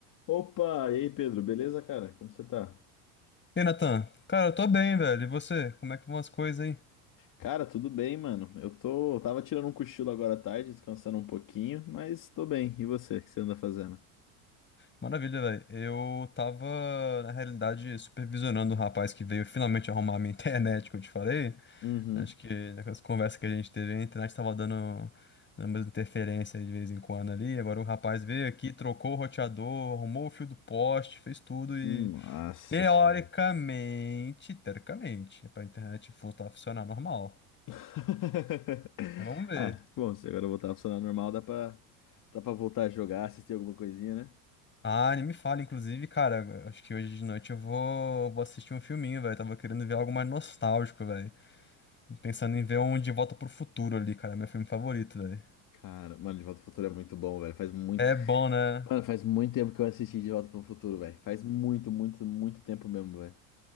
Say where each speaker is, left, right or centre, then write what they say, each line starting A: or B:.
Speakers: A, on the left (about 45°); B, on the left (about 25°).
A: Opa, e aí Pedro, beleza, cara? Como você tá?
B: E Natan, cara, eu tô bem, velho. E você? Como é que vão as coisas aí?
A: Cara, tudo bem, mano. Eu tô, eu tava tirando um cochilo agora à tarde, descansando um pouquinho, mas tô bem. E você, o que você anda fazendo?
B: Maravilha, velho. Eu tava, na realidade, supervisionando o rapaz que veio finalmente arrumar a minha <laughs> internet, que eu te falei.
A: Uhum.
B: Acho que naquelas conversas que a gente teve, a internet tava dando, dando umas interferências de vez em quando ali. Agora o rapaz veio aqui, trocou o roteador, arrumou o fio do poste, fez tudo e,
A: Hum, Nossa
B: teoricamente,
A: senhora.
B: teoricamente, é pra internet voltar a funcionar normal.
A: <laughs>
B: Mas vamos ver.
A: Ah, bom, se agora eu voltar a funcionar normal, dá pra, dá pra voltar a jogar, assistir alguma coisinha, né?
B: Ah, nem me fala, inclusive, cara, acho que hoje de noite eu vou, vou assistir um filminho, velho. Tava querendo ver algo mais nostálgico, velho. Pensando em ver um De Volta pro Futuro ali, cara, meu filme favorito, velho.
A: Cara, mano, De Volta pro Futuro é muito bom, velho. Faz muito.
B: É bom, né?
A: Mano, faz muito tempo que eu assisti De Volta pro Futuro, velho. Faz muito, muito, muito tempo mesmo, velho.